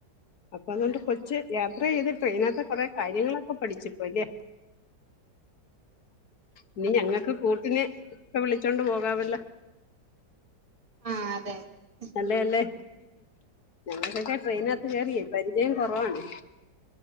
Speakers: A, on the left (about 60°); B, on the right (about 20°).
A: അപ്പൊ അതുകൊണ്ട്
B: ആഹ്
A: കൊറച്ച് യാത്ര ചെയ്ത് ട്രെയിനകത്തെ കൊറേ കാര്യങ്ങളൊക്കെ പഠിച്ചിപ്പോ ല്ലേ. ഇനി ഞങ്ങൾക്ക് കൂട്ടിന് ഒക്കെ വിളിച്ചോണ്ട് പോകാവല്ലോ.
B: ആഹ് അതെ അതെ.
A: നല്ലേ അല്ലേ. ഞങ്ങക്കക്കെ ട്രെയിനാത്ത് കേറിയേ പരി ചയം കുറവാണ്.